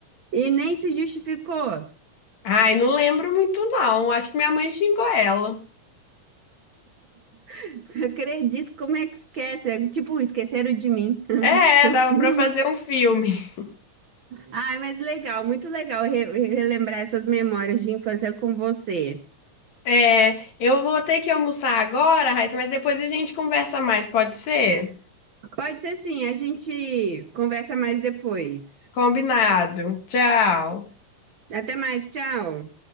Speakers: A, on the right; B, on the left.
A: e nem se justificou.
B: Ai, não lembro muito não, acho que minha mãe xingou ela.
A: <laughs> Acredito, como é que esquece? É tipo, esqueceram de mim <laughs>
B: É,
A: o
B: dava
A: filme.
B: pra fazer um filme. <laughs>
A: Ai, mas legal, muito legal re- relembrar essas memórias de infância com você.
B: É, eu vou ter que almoçar agora, Raíssa, mas depois a gente conversa mais, pode ser?
A: Pode ser sim, a gente conversa mais depois.
B: Combinado. Tchau.
A: A- Até mais, tchau.